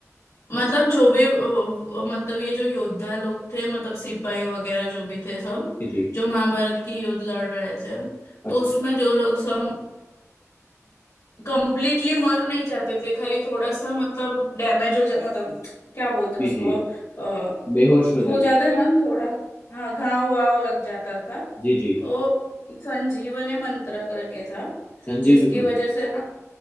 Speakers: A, on the left; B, on the left.
A: मतलब जो भी अ, मतलब ये जो योद्धा लोग थे मतलब सिपाही वगैरह जो भी थे सब
B: जी जी
A: जो महाभारत की युद्ध लड़ रहे थे
B: अच्छा
A: तो उसमें जो लोग सब कंप्लीटली मर नहीं जाते थे खाली थोड़ा सा मतलब डैमेज हो जा मतलब क्या बोलते हैं
B: जी
A: उसको
B: जी
A: अ,
B: बेहोश हो
A: हो
B: जाते
A: जाता था थोड़ा हाँ घाव वाव लग जाता था
B: जी जी
A: तो संजीवनी मंत्र करके था
B: संजीवनी
A: जिसकी
B: मन
A: वजह से ना